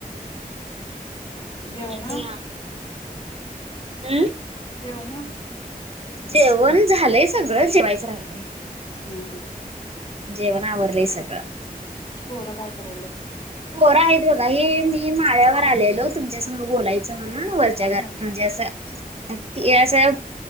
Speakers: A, on the left; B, on the right.
A: जेवण
B: ह हम्.
A: जेवण?
B: जेवण झालंय सगळं. जेवायचं राहिलय.
A: हम् हम्.
B: जेवण आवरलंय सगळं.
A: पोरं काय करायलेत?
B: पोर आहेत बघा. हे मी माळ्यावर आलेलो तुमच्यासंग बोलायचं म्हणून, वरच्या घर-
A: हा
B: म्हणजे अस असं